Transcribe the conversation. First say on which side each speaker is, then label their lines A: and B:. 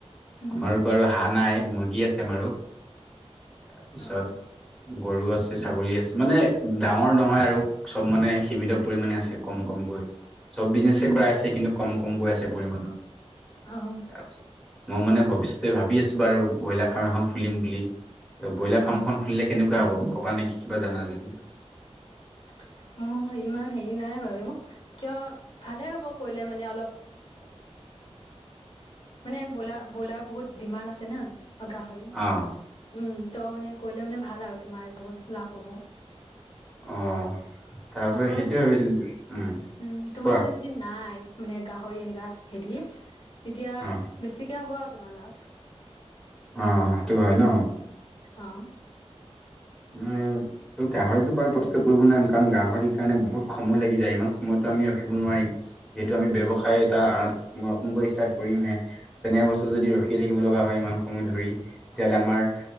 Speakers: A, on the left (about 50°); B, in the centre.
A: উম
B: আমাৰো বাৰু হাঁহ নাই। মুৰ্গী আছে আমাৰো তাৰপিছত
A: অ'।
B: গৰু আছে। ছাগলী আছে মানে ডাঙৰ নহয় আৰু চব মানে সীমিত পৰিমানে আছে কম কমকৈ। চব বিজনেছে
A: উম,
B: কৰাইছে কিন্তু কম কমকৈ আছে পৰিমাণৰ।
A: অ',
B: <unintelligible> মোৰ মানে। ভৱিষ্যতে ভাবি আছো বাৰু ব্ৰইলাৰ ফাৰ্ম এখন খুলিম বুলি ত ব্ৰইলাৰ ফাৰ্মখন
A: অ',
B: খুলিলে কেনেকুৱা হ'ব। ক'বা নেকি কিবা জানা যদি।
A: <unintelligible> ইমান হেৰি নাই বাৰু কিয় ভালে হ'ব কৰিলে মানে অলপ। <unintelligible> মানে ব্ৰইলাৰ ব্ৰইলাৰ বহুত ডিমাণ্ড আছে না গাহৰি উম।
B: অ
A: ত মানে কৰিলে মানে ভাল আৰু তোমাৰ বহুত লাভ হ'ব।
B: অ তাৰ
A: আকৌ
B: পৰা সেইটোয়ে ভাবিছো উম।
A: উম তোমাৰ
B: কোৱা
A: ফালে যদি নাই মানে গাহৰি এনেকা হেৰি। তেতিয়া
B: অ
A: বেছিকে হ'ব আৰু তোমাৰ লাভ।
B: অ সেইটো হয় ন
A: অহ।
B: উম ত গাহৰিটো বাৰু পতককৈ কৰিব নোৱাৰিম কাৰণ গাহৰি কাৰণে বহুত সময় লাগি যায় ইমান সময়ত। আমি ৰখিব নোৱাৰিম যিহেতু
A: উম,
B: আমি ব্যৱসায় এটা। মই নতুনকৈ ষ্টাৰ্ট কৰিমহে তেনে
A: উম,
B: বস্তু যদি ৰখি থাকিব লগা হয় ইমান সময় ধৰি। তেতিয়াহলে আমাৰো